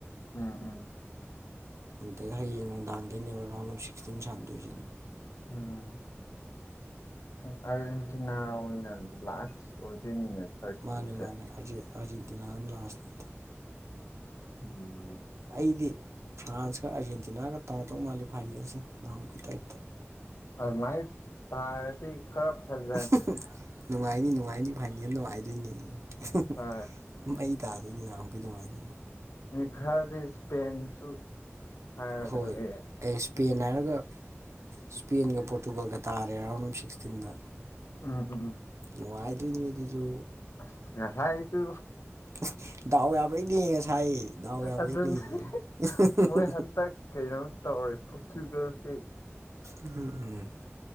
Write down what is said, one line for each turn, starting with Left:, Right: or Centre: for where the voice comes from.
Left: ꯎꯝ ꯎꯝ
Right: ꯑꯗꯩ ꯍꯌꯦꯡ ꯅꯨꯡꯗꯥꯡꯗꯩꯅꯦꯕ ꯔꯥꯎꯟ ꯑꯣꯐ ꯁꯤꯛꯁꯇꯤꯟ ꯁꯥꯟꯅꯗꯣꯏꯁꯤꯅ
Left: ꯎꯝ ꯑꯁ ꯑꯥꯔꯖꯦꯟꯇꯤꯅꯥ ꯑꯣꯏꯅ ꯂꯥꯁ ꯑꯣꯏꯗꯣꯏꯅꯤꯅꯦ ꯊꯥꯔꯇꯤ
Right: ꯃꯥꯅꯦ
Left: ꯇꯨꯁꯦ
Right: ꯃꯥꯅꯦ ꯑꯥꯔꯖꯦꯟ ꯑꯥꯔꯖꯦꯟꯇꯤꯅꯥꯅ ꯂꯥꯁꯅꯤ ꯏꯇꯥꯎ
Left: ꯎꯝ
Right: ꯑꯩꯗꯤ ꯐ꯭ꯔꯥꯟꯁꯀ ꯑꯥꯔꯖꯦꯟꯇꯤꯅꯥꯒ ꯇꯥꯗꯧ ꯃꯥꯜꯂꯤ ꯐꯥꯏꯅꯦꯜꯁꯦ ꯅꯍꯥꯟꯃꯨꯛꯀꯤ ꯇꯥꯏꯞꯇ
Left: ꯑꯗꯨꯃꯥꯏ ꯇꯥꯔꯗꯤ <unintelligible>
Right: ꯎꯍꯨꯝ ꯍꯨꯝ ꯅꯨꯡꯉꯥꯏꯅꯤ ꯅꯨꯡꯉꯥꯏꯅꯤ ꯐꯥꯏꯅꯦꯜ ꯅꯨꯡꯉꯥꯏꯗꯣꯏꯅꯦ ꯎꯍꯨꯝ
Left: ꯍꯣꯏ
Right: ꯍꯨꯝ ꯃꯩ ꯇꯥꯗꯣꯏꯅꯦ ꯃꯍꯟꯃꯨꯛꯀꯤ ꯑꯗꯨꯃꯥꯏꯅꯥ
Left: ꯃꯤ ꯈꯥꯔꯗꯤ ꯏꯁꯄꯦꯟꯁꯨ ꯍꯥꯏꯔꯒ
Right: ꯍꯣꯏ
Left: ꯂꯩꯑꯦ
Right: ꯑꯦ ꯏꯁꯄꯦꯟ ꯍꯥꯏꯔꯒ ꯏꯁꯄꯦꯟꯒ ꯄꯣꯔꯇꯨꯒꯜꯒꯥ ꯇꯥꯔꯦ ꯔꯥꯎꯟ ꯑꯣꯐ ꯁꯤꯛꯁꯇꯤꯟꯗ
Left: ꯎꯝ ꯎꯝꯝ
Right: ꯅꯨꯡꯉꯥꯏꯗꯣꯏꯅꯤ ꯑꯗꯨꯖꯨ
Left: ꯑꯁ ꯉꯁꯥꯏꯁꯨ
Right: ꯎꯁ ꯗꯥꯎ ꯌꯥꯕꯩꯅꯦ ꯉꯁꯥꯏ ꯗꯥꯎ ꯌꯥꯕꯩꯅꯦ
Left: ꯑꯗꯨꯅ
Right: ꯏꯍꯨꯝ ꯍꯨꯝ
Left: ꯃꯣꯏ
Right: ꯍꯨꯝ
Left: ꯍꯟꯗꯛ ꯀꯩꯅꯣꯝ ꯇꯧꯔꯦ ꯄꯣꯔꯇꯨꯒꯜ ꯁꯦ
Right: ꯎꯝ ꯎꯝ